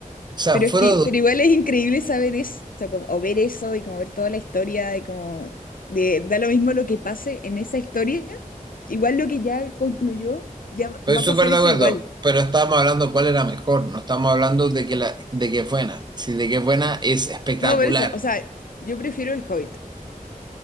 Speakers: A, on the right; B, on the left.
A: O sea,
B: Pero
A: Frodo
B: es que, pero igual es increíble saber eso, como- o ver eso y como ver toda la historia y como de, da lo mismo lo que pase en esa historia, igual lo que ya concluyó, ya va
A: Estoy
B: a pasar
A: súper de
B: eso
A: acuerdo,
B: igual.
A: pero estábamos hablando cuál era mejor, no estamos hablando de que, la, de que es buena. Si de que es buena es espectacular.
B: No, por eso, o sea, yo prefiero el Hobbit,